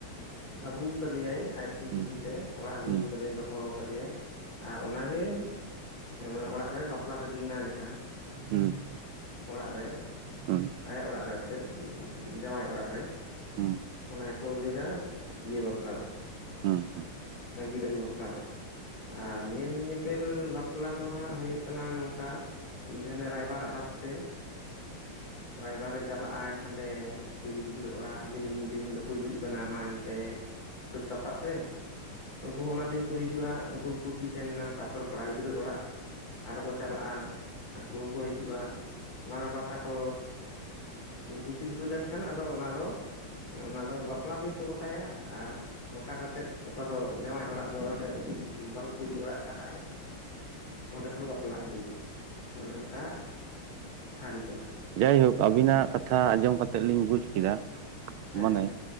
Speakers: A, on the left; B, on the right.
A: ᱟᱹᱜᱩ ᱠᱟᱫᱮᱭᱟᱭ ᱟᱡ ᱠᱤ
B: ᱦᱩᱸ
A: ᱠᱩᱥᱤ ᱛᱮ ᱚᱲᱟᱜ ᱟᱹᱜᱩ
B: ᱦᱩᱸ
A: ᱠᱟᱫᱮᱭᱟᱭ ᱫᱚᱦᱚ ᱠᱟᱫᱮᱭᱟᱭ ᱟᱨ ᱚᱱᱟ ᱜᱮ ᱢᱟᱱᱮ ᱚᱲᱟᱜ ᱨᱮ ᱵᱟᱯᱞᱟ ᱠᱟᱹᱠᱤᱱᱼᱟ ᱡᱟᱦᱟᱸ
B: ᱦᱩᱸ
A: ᱚᱲᱟᱜ ᱨᱮ
B: ᱦᱩᱸ ᱦᱩᱸ
A: ᱟᱭᱟᱜ ᱚᱲᱟᱜ ᱨᱮ ᱟᱨ ᱪᱮᱫ ᱡᱟᱶᱟᱭ ᱚᱲᱟᱜ ᱨᱮ᱾
B: ᱦᱩᱸ
A: ᱚᱱᱟ ᱜᱮᱠᱚ ᱞᱟᱹᱭᱫᱟ ᱤᱭᱟᱹ ᱵᱟᱯᱞᱟ ᱫᱚ
B: ᱦᱩᱸᱻ
A: ᱟᱸᱜᱤᱨ ᱟᱜᱩ ᱵᱟᱯᱞᱟ ᱫᱚ᱾ ᱟᱨ ᱧᱮᱞ ᱧᱮᱯᱮᱞ ᱵᱟᱯᱞᱟ ᱫᱚ ᱦᱟᱸᱜ ᱦᱩᱭᱩᱜ ᱠᱟᱱᱟ ᱱᱚᱝᱠᱟ ᱡᱮᱦᱟ ᱱᱟᱜ ᱨᱟᱭᱵᱟᱨᱼᱟᱜ ᱦᱟᱛ ᱛᱮ ᱨᱟᱭᱵᱟᱨ ᱮ ᱪᱟᱞᱟᱜ ᱟᱭ ᱦᱟᱸᱰᱮ ᱠᱩᱲᱤ ᱜᱤᱫᱽᱨᱟᱹ ᱚᱲᱟᱜ ᱡᱮ ᱱᱩᱱᱫᱤᱱ ᱦᱤᱞᱳᱜ ᱠᱚ ᱦᱤᱡᱩᱜ ᱠᱟᱱᱟ ᱢᱟ ᱮᱱᱛᱮᱜ ᱥᱟᱹᱛ ᱥᱟᱯᱲᱟᱜ ᱯᱮ ᱩᱱᱠᱩ ᱦᱚᱸ ᱚᱱᱟ ᱫᱤᱱ ᱠᱚ ᱦᱤᱡᱩᱜᱼᱟ ᱩᱱᱠᱩ ᱠᱚ ᱠᱩᱥᱤ ᱥᱮᱱ ᱱᱟ ᱛᱟᱯᱚᱨ ᱠᱚᱲᱟ ᱜᱤᱫᱽᱨᱟᱹ ᱚᱲᱟᱜ ᱟᱨᱚ ᱠᱚ ᱪᱟᱞᱟᱜᱼᱟ ᱦᱟᱱᱠᱩ ᱦᱚᱸᱠᱚ ᱦᱤᱡᱩᱜᱼᱟ ᱵᱟᱱᱟᱨ ᱯᱟᱦᱴᱟ ᱠᱚ ᱠᱩᱥᱤ ᱠᱩᱥᱟᱹᱞ ᱞᱮᱱ ᱠᱷᱟᱱ ᱟᱫᱚ ᱚᱱᱟ ᱫᱚ ᱩᱱᱟᱫᱚ ᱵᱟᱯᱞᱟ ᱫᱤᱱ ᱠᱚ ᱜᱚᱴᱟᱭᱟ ᱟᱨ ᱜᱚᱴᱟ ᱠᱟᱛᱮᱫ ᱚᱠᱟ ᱫᱚ ᱡᱟᱸᱣᱟᱭ ᱚᱲᱟᱜ ᱫᱚ ᱦᱟᱸᱰᱮ ᱵᱟᱹᱦᱩ ᱠᱩᱲᱤ ᱚᱲᱟᱜ ᱪᱟᱞᱟᱜᱼᱟᱭ ᱾ ᱚᱸᱰᱮ ᱠᱷᱚᱱ ᱮ ᱵᱟᱯᱞᱟ ᱟᱹᱜᱩ ᱮᱭᱟᱭ ᱚᱱᱮ ᱚᱱᱠᱟ ᱟᱹᱨᱤ ᱠᱟᱱᱟ
B: ᱡᱟᱭᱦᱳᱠ ᱟᱵᱤᱱᱼᱟᱜ ᱠᱟᱛᱷᱟ ᱟᱸᱡᱚᱢ ᱠᱟᱛᱮᱫ ᱞᱤᱧ ᱵᱩᱡ ᱠᱮᱫᱟ
A: ᱦᱮᱸ
B: ᱢᱟᱱᱮ